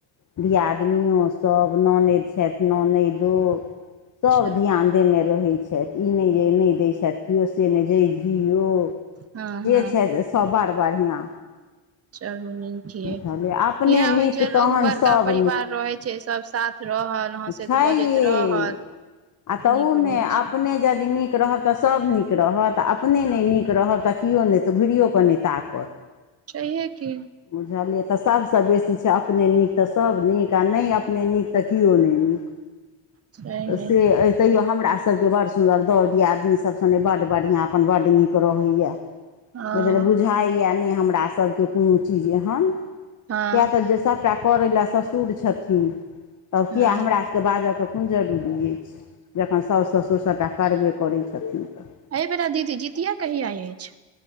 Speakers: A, on the left; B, on the right.
A: दियादनियों सब ननैद छथि ननैदो सब
B: चलू
A: ध्यान देने रहै छथि। ई नैय जे नैय दै छथि कियो से नैय जईधिओ।
B: हँ-हँ।
A: छै सब बड बढ़िआँ।
B: चलू नीक यई,
A: बुझलियै अपने
B: यैह
A: नीक
B: होइ छै
A: तहन
B: लोग बड़का
A: सभ
B: परिवार रहै छै। सब साथ रहल। हँसैत
A: छैहे,
B: बजैत रहल
A: आ तहूमे
B: नीक रहै
A: अपने
B: छै
A: जदि नीक रहब तऽ सब नीक रहत, आ अपने नैय नीक रहब तऽ कियो नैय, तऽ घुरियो कऽ नैय ताकत।
B: छैहे की।
A: बुझलियै? तऽ सभसँ बेसी छै, अपने नीक तऽ सब नीक। त नैय अपने नीक, तऽ कियो नैय नीक।
B: छैहे
A: तऽ से अइ तैयो हमरा सबके बड़ सुन्दर, दौड़ दियादनी सब सने बड बढ़िआँ। अपन बड नीक रहै यैऽ,
B: हँ
A: बुजलिय-बुझाइ यैऽ नैय हमरा सबके कुन छी जेहन,
B: हँ
A: कियैऽ तऽ जे सबटा करै लैऽ ससुर छथिन। तब कियैऽ
B: हँ
A: हमरा सबकेँ बाजऽके कुन जरूरी अछि? जखन साउस ससुर सबटा करबे करै छथिन तऽ।
B: अई बेरा दीदी जितिया कहिया अछि?